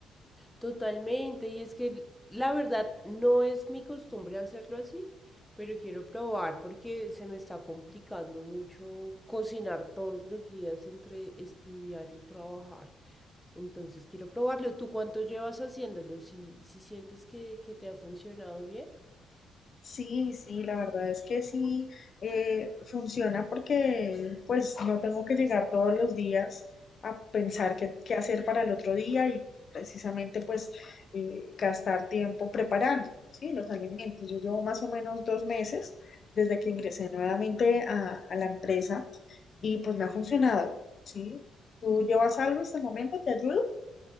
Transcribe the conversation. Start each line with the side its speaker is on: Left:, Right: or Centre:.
Centre: Totalmente, y es que la verdad no es mi costumbre hacerlo así, pero quiero probar porque se me está complicando mucho cocinar todos los días entre estudiar y trabajar. Entonces quiero probarlo. ¿Tú cuánto llevas haciéndolo? Si, si sientes que, que te ha funcionado bien.
Left: Sí, sí, la verdad es que sí eh, funciona porque pues no tengo que llegar todos los días a pensar qué, qué hacer para el otro día y precisamente pues eh, gastar tiempo preparando, ¿sí? Los alimentos. Yo llevo más o menos dos meses desde que ingresé nuevamente a, a la empresa y pues me ha funcionado, ¿sí? ¿Tú llevas algo hasta el momento? ¿Te ayudo?